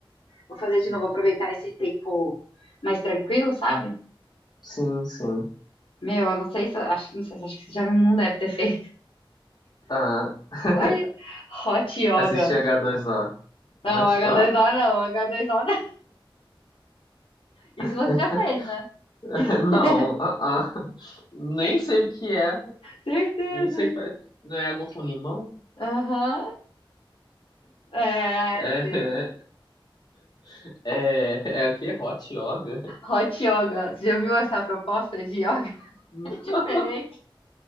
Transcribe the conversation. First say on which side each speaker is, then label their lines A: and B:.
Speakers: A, on the left; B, on the left.
A: vou fazer de novo, aproveitar esse tempo mais tranquilo, sabe?
B: sim, sim.
A: Meu, eu não sei se, acho que não sei, acho que você já não, não deve ter <laughs> feito.
B: Ah, <laughs>
A: Ai, hot yoga.
B: assisti h dois o
A: Não,
B: What?
A: H2O
B: Hã?
A: não, H2O não. Isso
B: <laughs>
A: você já fez, né? <laughs>
B: Não, ah, ah. Nem sei o que é,
A: Certeza.
B: nem sei, fa- não é água com limão?
A: Aham, é,
B: É,
A: esse
B: <laughs> é, é o quê? Hot yoga?
A: hot yoga. Você já viu essa proposta de yoga? <laughs>
B: <laughs>
A: É diferente.
B: Não,